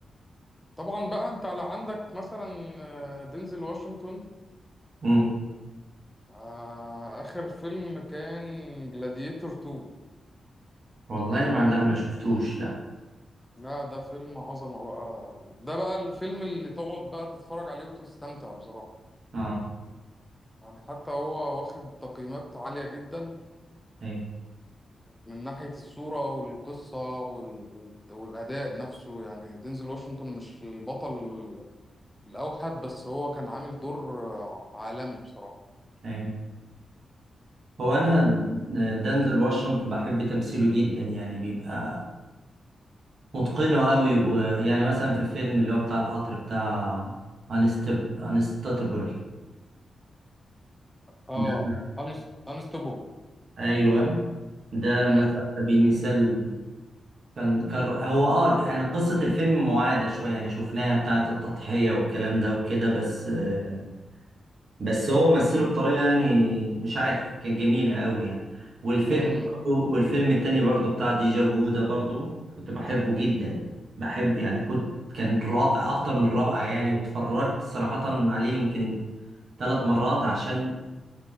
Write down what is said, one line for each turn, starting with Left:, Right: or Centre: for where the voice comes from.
Centre: طبعا بقى انت على عندك مثلا آه، دينزل واشنطن
Right: امم
Centre: آه، آخر فيلم كان جلاديتور 2
Right: والله ما لا ما شفتوش لا
Centre: لا ده فيلم عظمة بقى ده بقى الفيلم اللي تقعد بقى تتفرج عليه وتستمتع بصراحة
Right: اه
Centre: يعني حتى هو واخد تقييمات عالية جدا
Right: ايوه
Centre: من ناحية الصورة والقصة وال... والأداء نفسه يعني دينزل واشنطن مش البطل الأوحد بس هو كان عامل دور عالمي بصراحة
Right: ايوه هو انا دنزل واشنطن بحب تمثيله جدا يعني بيبقى متقنه قوي ويعني مثلا في فيلم اللي هو بتاع القطر بتاع انستب انستاتبل
Centre: اه
Right: ده
Centre: انستوببل
Right: ايوه ده
Centre: امم
Right: مثلا على سبيل المثال كان كان هو اه انا قصة الفيلم معادة شوية يعني شفناها بتاعة التضحية والكلام ده وكده بس آه، بس هو مثله بطريقة يعني مش عارف كان جميلة قوي يعني والفيلم
Centre: امم
Right: والفيلم التاني برضو بتاع ديجا فو ده برضو كنت بحبه جدا بحب يعني كنت كان رائع اكتر من رائع يعني واتفرجت صراحة عليه يمكن ثلاث مرات عشان